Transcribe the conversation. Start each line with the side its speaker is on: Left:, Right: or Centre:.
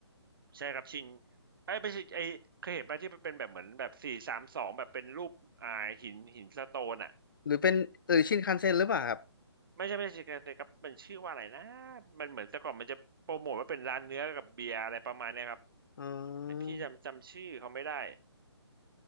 Right: ใช่ครับชินไอ้ยไม่ใช่ไอ้เคยเห็นป่ะที่มันเป็นแบบเหมือนแบบสี่สามสองแบบเป็นรูปอ่าหินหินสโตนอ่ะ
Left: หรือเป็นเออชินคันเซ็นหรือเปล่าครับ
Right: ไม่ใช่ไม่ใช่ครับครับมันชื่อว่าอะไรนะมันเหมือนแต่ก่อนมันจะโปรโมทว่าเป็นร้านเนื้อกับเบียร์อะไรประมาณเนี้ยครับ
Left: อ๋อ
Right: แต่พี่จำจำชื่อเขาไม่ได้